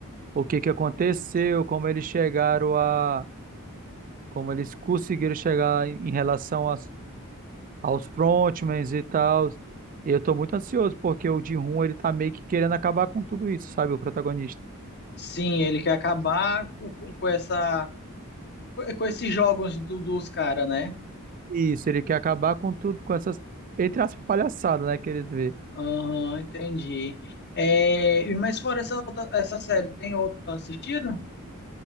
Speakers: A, on the right; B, on the left.
A: o que que aconteceu, como eles chegaram a como eles conseguiram chegar em relação às- aos frontmans e tal. E eu tô muito ansioso, porque o Ji-hoon, ele tá meio que querendo acabar com tudo isso, sabe, o protagonista.
B: Sim, ele quer acabar com, com essa com esses jogos do- dos caras, né?
A: Isso, ele quer acabar com tudo, com essas, entre aspas, palhaçadas, né, que eles vê.
B: Aham, entendi. É, mas fora essa, outra- essa série, tem outra assistido?